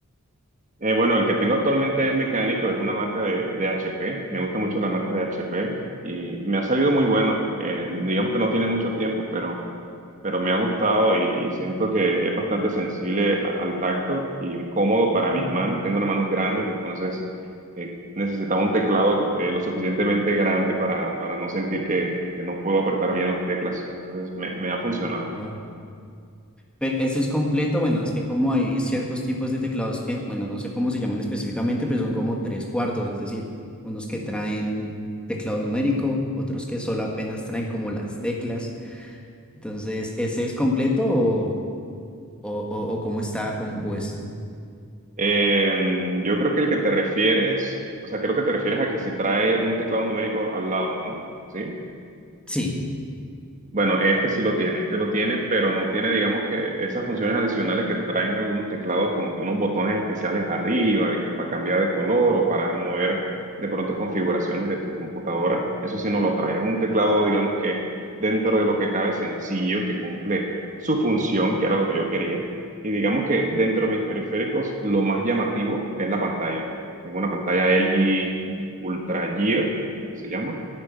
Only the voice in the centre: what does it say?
Mm,
claro. Pero ese es completo, bueno, es que como hay ciertos tipos de teclados que, bueno, no sé cómo se llaman específicamente, pero son como tres cuartos, es decir, unos que traen teclado numérico, otros que solo apenas traen como las teclas. Entonces, ¿ese es completo o, o, o- o cómo está compuesto?
Sí,